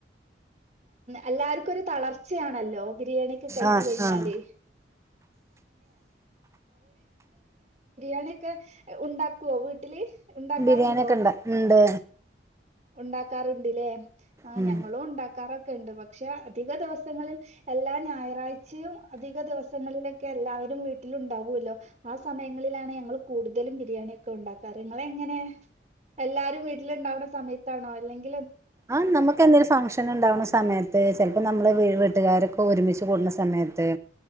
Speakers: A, on the right; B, on the right.
A: എല്ലാർക്കും ഒരു തളർച്ചയാണല്ലോ ബിരിയാണിയൊക്കെ കഴിച്ച്
B: ആഹ്
A: കഴിഞ്ഞാല്
B: ആഹ്
A: ഒക്കെ ഉണ്ടാക്കുവോ വീട്ടില് ഉണ്ടാക്കാറുണ്ടോ
B: ബിരിയാണി ഒക്കെ ഇണ്ട് ഇണ്ട്
A: ഉണ്ടാക്കാറുണ്ട്ല്ലേ ആഹ്
B: ഉം
A: ഞങ്ങളും ഉണ്ടാക്കാറൊ ക്കണ്ട് പക്ഷെ അധിക ദിവസങ്ങളിൽ എല്ലാ ഞായറാഴ്ചയും അധിക ദിവസങ്ങളിലൊക്കെ എല്ലാവരും വീട്ടില് ഉണ്ടാവുല്ലോ ആ സമയങ്ങളിലാണ് ഞങ്ങൾ കൂടുതലും ബിരിയാണി ഒക്കെ ഉണ്ടാക്കാറ് ഇങ്ങള് എങ്ങനെ എല്ലാരു വീട്ടിലുണ്ടാവുന്ന സമയ ത്താണോ അല്ലെങ്കി
B: ആഹ് നമക്ക് എന്തെങ്കിലും ഫംഗ്ഷൻ ഉണ്ടാവുന്ന സമയത്ത് ചിലപ്പോ നമ്മള് വീട്ടുകാരൊക്കെ ഇപ്പൊ ഒരുമിച്ച് കൂട്ന്ന സമയത്ത്